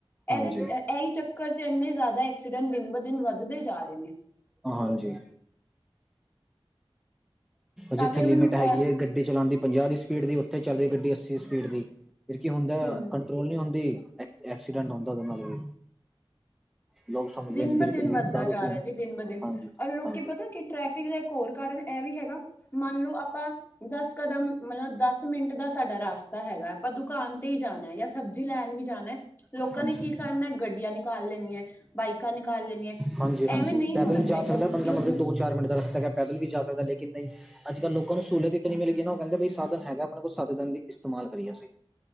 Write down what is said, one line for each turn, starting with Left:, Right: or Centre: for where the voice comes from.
Centre: ਹਾਂਜੀ
Left: ਇਹਦੇ, ਇੱਹੀ ਚੱਕਰ'ਚ ਇੰਨੇਂ ਜ਼ਿਆਦਾ ਐਕਸੀਡੈਂਟ ਦਿਨ ਬ ਦਿਨ ਵੱਧਦੇ ਜਾ ਰਹੇ ਨੇ।
Centre: ਹਾਂ ਜੀ।
Left: ਤਾਂ
Centre: ਜਿੱਥੇ
Left: ਫਿਰ
Centre: ਲਿਮੀਟ
Left: ਮੈਨੂੰ
Centre: ਹੈਗੀ
Left: ਇਹ
Centre: ਏ, ਗੱਡੀ ਚਲਾਣ ਦੀ ਪੰਜਾਹ ਦੀ ਸਪੀਡ ਦੀ, ਉੱਥੇ ਚੱਲਦੀ ਗੱਡੀ ਅੱਸੀ ਸਪੀਡ ਦੀ, ਫ਼ਿਰ ਕੀ ਹੁੰਦਾ
Left: ਹਮ
Centre: ਕੰਟਰੋਲ ਨੀ ਹੁੰਦੀ ਐਕਸੀਡੈਂਟ ਹੁੰਦਾ, ਉਹਦੇ ਨਾਲ਼ ਵੀ। ਲੋਕ ਸਮਝਦੇ
Left: ਦਿਨ
Centre: ਨੇ ਬਿਲਕੁਲ
Left: ਬ ਦਿਨ ਵੱਧਦਾ
Centre: ਵੀ ਦਾਰੂ
Left: ਜਾ
Centre: ਪੀਣ
Left: ਰਿਹਾਂ ਜੀ, ਦਿਨ ਬ ਦਿਨ,
Centre: ਹਾਂਜੀ
Left: ਔਰ ਲੋਕੀਂ
Centre: ਹਾਂਜੀ
Left: ਪਤਾ ਕਿ ਟ੍ਰੈਫਿਕ, ਦਾ ਇੱਕ ਹੋਰ ਕਾਰਨ ਇਹ ਵੀ ਹੈਗਾ ਮੰਨ ਲਓ ਆਪਾਂ ਦਸ ਕਦਮ, ਮਤਲਬ ਦਸ-ਮਿੰਟ ਦਾ ਸਾਡਾ ਰਾਸਤਾ ਹੈਗਾ, ਆਪਾਂ ਦੁਕਾਨ ਕਿਤੇ ਹੀ ਜਾਣਾਂ ਜਾਂ ਸਬਜ਼ੀ ਲੈਣ ਵੀ ਜਾਣਾਂ ਲੋਕਾਂ
Centre: ਹਾਂਜੀ
Left: ਨੇ ਕੀ ਕਰਨਾ ਗੱਡੀਆਂ ਨਿਕਾਲ ਲੈਨੀਆ। ਬਾਈਕਾਂ ਨਿਕਾਲ ਲੈਣੀਆਂ,
Centre: ਹਾਂਜੀ-ਹਾਂਜੀ,
Left: ਐਵੇਂ ਨਹੀਂ
Centre: ਪੈਦਲ
Left: ਹੋਣਾ
Centre: ਜਾ
Left: ਚਾਹੀਦਾ
Centre: ਸਕਦਾ ਬੰਦਾ
Left: ਕਿਉਂਕਿ
Centre: ਮਤਲਬ ਦੋ ਚਾਰ ਮਿੰਟ ਦਾ ਰਸਤਾ ਹੈਗਾਂ ਪੈਦਲ ਵੀਂ ਜਾਂ ਸਕਦਾਂ ਲੇਕਿਨ ਨਹੀਂ, ਅੱਜ ਕੱਲ੍ਹ ਲੋਕਾਂ ਨੂੰ ਸਹੂਲਤ ਇਤਨੀ ਮਿਲ ਗਈ ਹੈਂ ਨਾਂ ਉਹ ਕਹਿੰਦੇ ਵੀ ਸਾਧਨ ਹੈਗਾਂ ਆਪਣੇ ਕੋਲ ਸਾਧਨ ਦੀ ਇਸਤੇਮਾਲ ਕਰੀਏਂ ਅਸੀਂ।